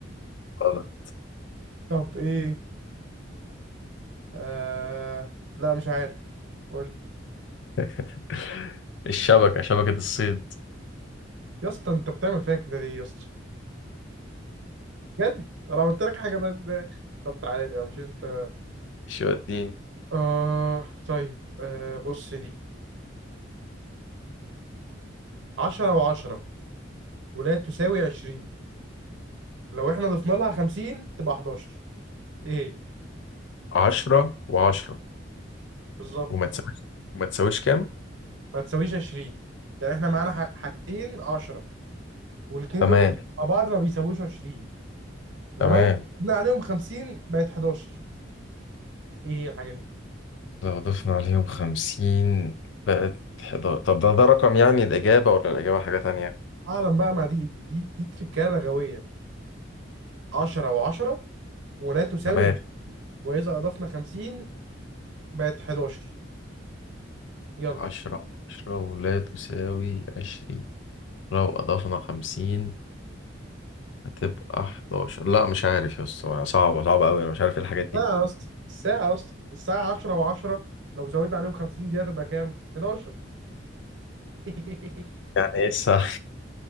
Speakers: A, on the left (about 70°); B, on the right (about 80°).
A: غلط
B: طب ايه آه... لا مش عارف قول لي
A: <laughs> الشبكة شبكة الصيد
B: يا اسطى انت بتعمل فيا كده ليه يا اسطى بجد انا عملت لك حاجه ده ازاي طب تعالى لي بقى، مش انت
A: شو اديني
B: آه... طيب آه... بص دي 10 و10 ولا تساوي 20 لو احنا ضفنا لها 50 تبقى 11 ايه هي
A: عشرة وعشرة
B: بالظبط
A: وما تساويش وما تساويش كام؟
B: ما تساويش 20 يعني احنا معانا ح- حاجتين 10 والاتنين
A: تمام
B: دول مع بعض ما بيساويوش 20 ولو
A: تمام
B: زدنا عليهم 50 بقت 11 ايه هي الحاجه دي
A: لو ضفنا عليهم خمسين بقت حداشر طب ده ده رقم يعني الإجابة ولا الإجابة حاجة تانية؟
B: اعلم بقى مع دي دي دي تركاله غبيه 10 و10 ولا تساوي
A: تمام
B: 20 واذا اضفنا 50 بقت 11 يلا
A: عشرة عشرة ولا تساوي عشرين لو أضفنا خمسين هتبقى حداشر لا مش عارف يا اسطى صعبة صعبة أوي أنا مش عارف إيه الحاجات دي
B: ساعه يا اسطى الساعه يا اسطى الساعه 10 و10 لو زودنا عليهم 50 دقيقه تبقى كام 11 <laughs>
A: يعني إيه الساعة؟